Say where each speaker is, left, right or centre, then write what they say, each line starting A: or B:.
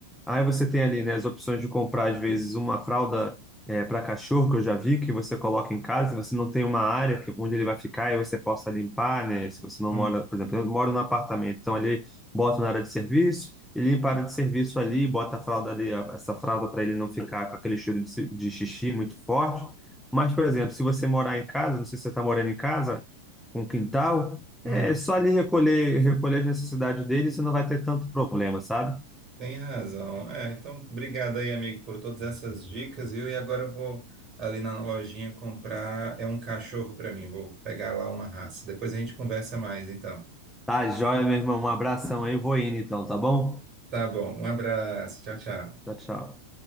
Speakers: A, in the centre; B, on the right (about 35°).
A: Aí você tem ali, né, as opções de comprar, às vezes, uma fralda para cachorro, que eu já vi, que você coloca em casa, você não tem uma área que- onde ele vai ficar e você possa limpar, né? Se você não
B: Hum.
A: mora, por exemplo, eu moro num apartamento, então ali boto na área de serviço, e limpa a área de serviço ali, bota a fralda ali, a- essa fralda para ele não ficar com aquele cheiro de, ci- de xixi muito forte. Mas, por exemplo, se você morar em casa, não sei se você está morando em casa, com quintal,
B: Hum.
A: é só ali recolher, recolher as necessidades dele, você não vai ter tanto problema, sabe?
B: Tem razão. É, então, obrigado aí, amigo, por todas essas dicas, viu? E agora eu vou ali na lojinha comprar, é um cachorro para mim, vou pegar lá uma raça. Depois a gente conversa mais, então.
A: Tá joia, meu irmão. Um abração aí. Vou indo então, tá bom?
B: Tá bom, um abraço, tchau, tchau.
A: Tchau, tchau.